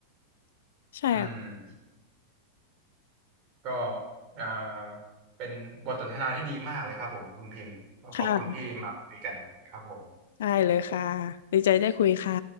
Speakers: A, on the left; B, on the right.
A: ใช่
B: อืมก็อ่าเป็นบทสนทนาที่ดีมากเลยครับผมคุณพิมพ์ก็ขอบคุณที่มาคุยกันครับผม
A: ค่ะได้เลยค่ะดีใจได้คุยค่ะ